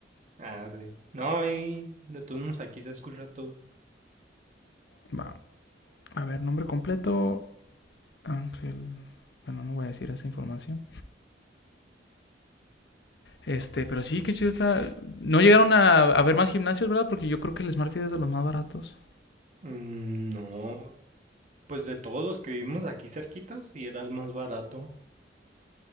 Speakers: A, on the right; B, on the left.
A: Ah, sí. No, ahí de todos modos aquí se escucha todo.
B: Va, a ver, nombre completo, Ángel. Bueno, no voy a decir esa información. Este, pero sí, qué chido está. No llegaron a, a ver más gimnasios, ¿verdad? Porque yo creo que el Smartfit es de los más baratos.
A: Mm, no, pues de todos los que vivimos aquí cerquitas, sí era el más barato.